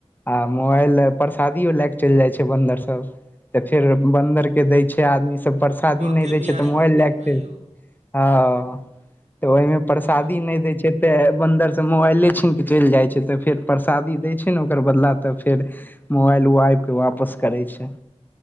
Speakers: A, on the left; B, on the right.
A: आ मोबाइल परसादियो लए के चलि जाइ छै बन्दर सब तऽ फेर बन्दर के दै छै आदमी सब परसादी
B: बाँके
A: नहि दै
B: बिहारी
A: छै तऽ मोबाइल
B: मन्दिरमे
A: लए क छै
B: यौ
A: हँ तऽ ओहिमे
B: ओ
A: परसादी नहि दै छै तऽ बन्दरसे मोबाइले छीने चलि जाइ छै तऽ फेर परसादी दै छै ने ओकर बदला तऽ फेर मोबाइल ओ आबिकऽ वापस करै छै